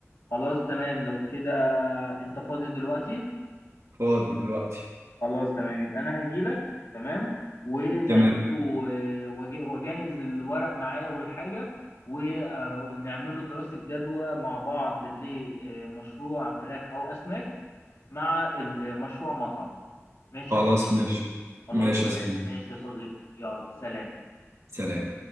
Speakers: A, on the left (about 80°); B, on the right (about 70°).
A: خلاص تمام لو كده انت فاضي دلوقتي
B: فاضي دلوقتي
A: خلاص تمام يبقى انا هجيلك تمام ونعمله
B: تمام
A: آه، وأج- واجهز الورق معايا والحاجة ونعمله دراسة جدوى مع بعض لمشروع فراخ او اسماك مع المشروع مطعم ماشي
B: خلاص
A: يا صديقي
B: ماشي
A: خلاص
B: ماشي
A: تمام
B: يا صديقي
A: ماشي يا صديقي يلا سلام
B: سلام